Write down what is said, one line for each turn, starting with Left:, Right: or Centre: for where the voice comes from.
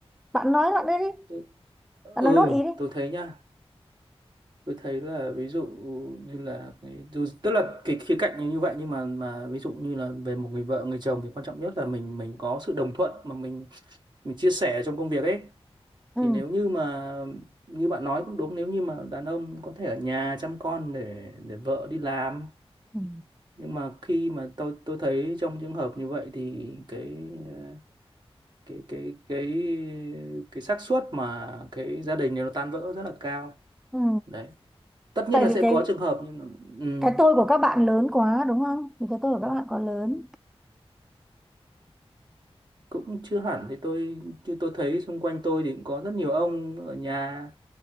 Centre: bạn nói lại đây đi
Right: Tôi- ừ
Centre: bạn nói nốt ý đi
Right: tôi thấy nhá tôi thấy là ví dụ như là cái, dù tức là cái khía cạnh như vậy nhưng mà mà ví dụ như là về một người vợ người chồng thì quan trọng nhất là mình mình có sự đồng thuận mà mình mình chia sẻ trong công việc ấy
Centre: ừ.
Right: thì nếu như mà như bạn nói cũng đúng nếu như mà đàn ông có thể ở nhà chăm con để để vợ đi làm
Centre: Ừ.
Right: nhưng mà khi mà tôi tôi thấy trong trường hợp như vậy thì cái ờ, cái cái cái cái xác suất mà cái gia đình này nó tan vỡ rất là cao
Centre: Ừ.
Right: đấy tất nhiên
Centre: tại
Right: là
Centre: vì
Right: sẽ
Centre: cái
Right: có trường hợp nhưng mà, ừm,
Centre: cái tôi của các bạn lớn quá đúng không vì cái tôi của các bạn quá lớn
Right: cũng chưa hẳn thì tôi chứ tôi thấy xung quanh tôi thì cũng có rất nhiều ông ở nhà